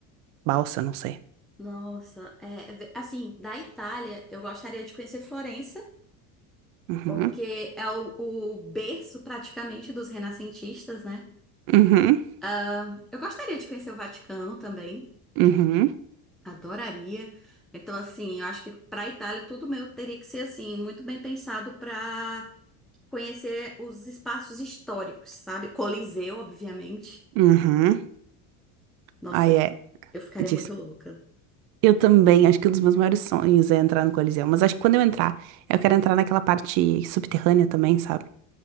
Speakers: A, on the right; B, in the centre.
A: balsa, não sei.
B: Nossa, é, ve- assim, da Itália, eu gostaria de conhecer Florença,
A: Uhum,
B: porque é o, o berço praticamente dos renascentistas, né?
A: uhum,
B: Ah, eu gostaria de conhecer o Vaticano também,
A: uhum,
B: adoraria. Então, assim, eu acho que para a Itália tudo meu teria que ser assim, muito bem pensado para conhecer os espaços históricos, sabe? Coliseu, obviamente.
A: uhum.
B: Nossa,
A: Aí
B: eu fi-
A: é,
B: eu ficaria
A: disse.
B: muito louca.
A: Eu também, acho que um dos meus maiores sonhos é entrar no Coliseu, mas acho que quando eu entrar, eu quero entrar naquela parte subterrânea também, sabe?